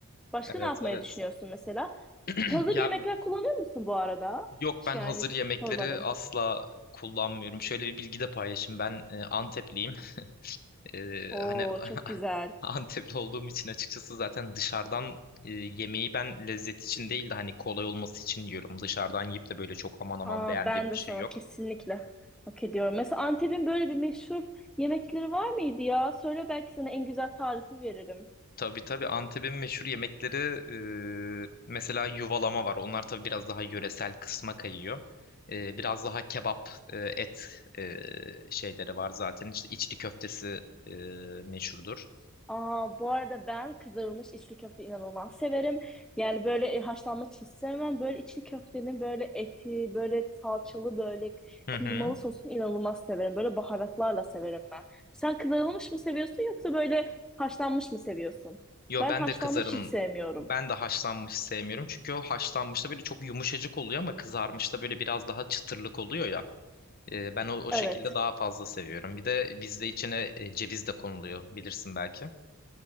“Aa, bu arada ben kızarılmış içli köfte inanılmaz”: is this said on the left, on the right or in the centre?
Centre